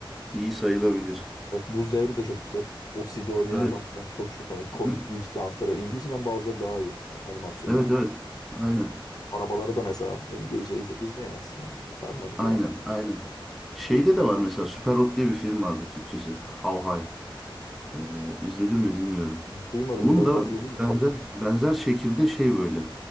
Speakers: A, in the centre; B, on the left.
A: iyi sayılabilir.
B: Evet, Buz Devri de çok güzel. O CD oynayan
A: Evet.
B: adam falan çok çok hani komikliği
A: Hı.
B: cidden aktarıyor. İngilizceden bazıları daha iyi. Yani animasyonun.
A: Evet evet. Aynen.
B: Arabaları da mesela İngilizce izle- izleyemezsin yani. Sarmaz o
A: Aynen.
B: kadar.
A: Aynen. Şeyde de var mesela Superhot diye bir film vardı Türkçesi. How High. Ee, izledim mi bilmiyorum.
B: Duymadım
A: Onun
B: biraz
A: da
B: bahsedebilir misin
A: benzer
B: onu?
A: benzer şekilde şey böyle